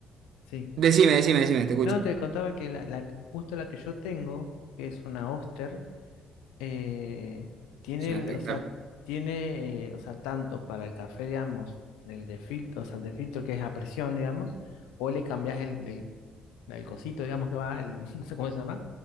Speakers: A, on the left (about 80°); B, on the right (about 65°).
A: Sí.
B: decime, decime, decime, te escucho.
A: No, te contaba que la, la- justo la que yo tengo, que es una Oster, eh, tiene,
B: Es un
A: el-
B: espectáculo.
A: o sea, tiene, eh, o sea, tanto para el café, digamos, el de filtro, o sea, el de filtro que es a presión, digamos, o le cambias el, el, el cosito, digamos, que va, el, <laughs> no sé cómo se llama,